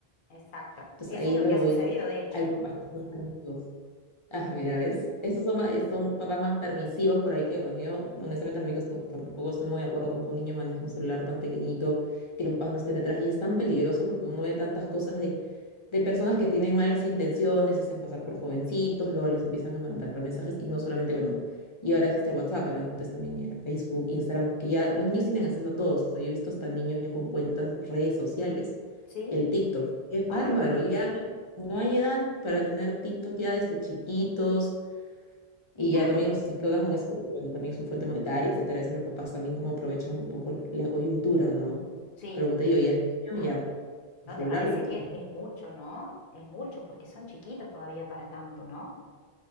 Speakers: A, on the left; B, on the left.
A: Exacto.
B: Entonces
A: Eso
B: ahí
A: es lo
B: lo
A: que ha
B: voy
A: sucedido,
B: de-
A: de hecho.
B: hay papás que son más permisivos. Ah, mira, ¿ves? Estos son, más- son papás más permisivos por ahí que, bueno, yo honestamente amigos no- tampoco estoy muy de acuerdo con que un niño maneje un celular tan pequeñito, que los papás no estén detrás. Y es tan peligroso porque uno ve tantas cosas de, de personas que tienen malas intenciones, se hacen pasar por jovencitos, luego les empiezan a mandar mensajes y no solamente, bueno, y ahora existe el WhatsApp, pero antes también era Facebook, Instagram, que ya los niños tienen acceso a todos. O sea, yo he visto hasta niños ya con cuentas de redes sociales,
A: ¿Sí?
B: el TikTok. Es bárbaro,
A: Ay,
B: ya no hay edad para tener TikTok ya desde chiquitos y
A: ah,
B: ya también los explotan con eso, porque bueno, también es una fuente monetaria, etcétera. Eso los papás también como aprovechan un poco la coyuntura, ¿no?
A: Sí.
B: Pero como te digo, ya el
A: Ay,
B: niño ya
A: pero ¿no
B: el celular
A: te parece
B: lo tiene.
A: que es mucho, no? Es mucho porque son chiquitos todavía para tanto, ¿no?